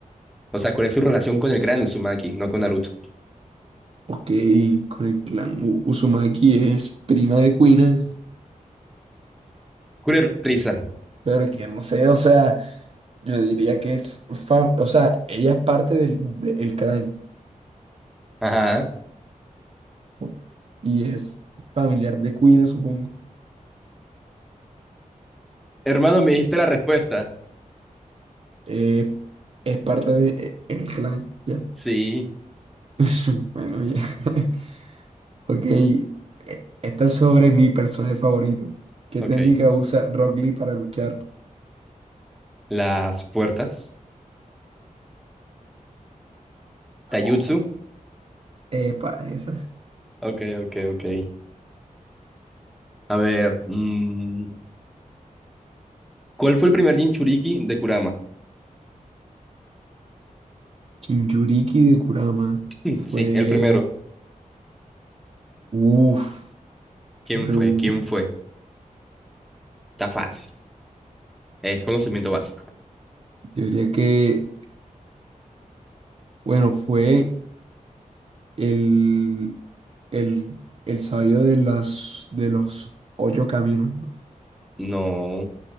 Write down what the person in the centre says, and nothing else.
O sea, ¿cuál es su relación con el gran Uzumaki, no con Naruto?
Cure risa.
Ajá.
Hermano, me dijiste la respuesta.
Sí,
ok.
Las puertas. Taijutsu.
Ok, ok, ok. A ver, mm, ¿cuál fue el primer Jinchuriki de Kurama?
<clears throat>
Sí, el primero.
¿Quién
fue? ¿Quién fue? Está fácil. Es conocimiento básico.
No,